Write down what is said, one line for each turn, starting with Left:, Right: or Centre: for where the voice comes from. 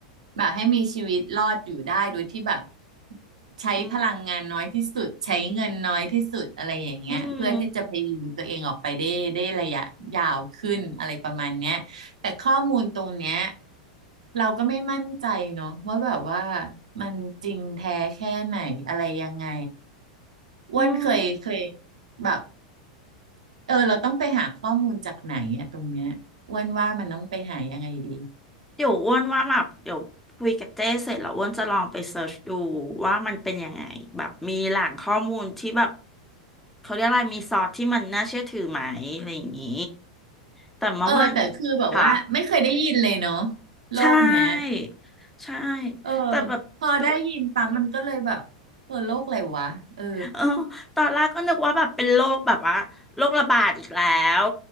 Right: แบบให้มีชีวิตรอดอยู่ได้โดยที่แบบใช้พลังงานน้อยที่สุดใช้เงินน้อยที่สุดอะไรอย่างเงี้ยเพื่อที่จะพยุงตัวเองออกไปได้ได้ระยะยาวขึ้นอะไรประมาณเนี้ยแต่ข้อมูลตรงเนี้ย
Centre: อืมอืม
Right: เราก็ไม่มั่นใจเนาะว่าแบบว่ามันจริงแท้แค่ไหนอะไรยังไง อ้วนเคยเคย
Centre: อืม
Right: แบบเออเราต้องไปหาข้อมูลจากไหนอะตรงเนี้ยอ้วนว่ามันต้องไปหายังไงดี
Centre: เดี๋ยวอ้วนว่าแบบเดี๋ยวคุยกับเจ้เสร็จแล้วอ้วนจะลองไปเสิร์ชดูว่ามันเป็นยังไงแบบมีแหล่งข้อมูลที่แบบเขาเรียกอะไรมีซอสที่มันน่าเชื่อถือไหมอะไรอย่างนี้แต่มาว่า
Right: เออแต่คือแบบว่าไม่เคยได้ยินเลยเนาะ
Centre: ค่ะ
Right: โลกเนี้ย
Centre: ใช่ใช่
Right: เออ
Centre: แต่แบบดู
Right: พอได้ยินปั๊มมันก็เลยแบบเออโลกอะไรวะเออ
Centre: เออตอนแรกก็นึกว่าแบบเป็นโรคแบบว่าโรคระบาดอีกแล้ว